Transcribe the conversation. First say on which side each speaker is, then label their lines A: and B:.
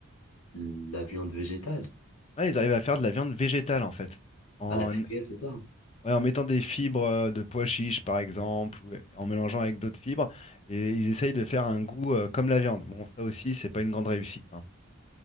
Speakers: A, on the left; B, on the left.
A: La viande végétale,
B: Ouais, ils arrivent à faire de la viande végétale, en fait. En,
A: à la criée, c'est ça?
B: ouais, en mettant des fibres euh, de pois chiches, par exemple, ou en mélangeant avec d'autres fibres, et ils essayent de faire un goût, euh, comme la viande. Bon, ça aussi, c'est pas une grande réussite. hein.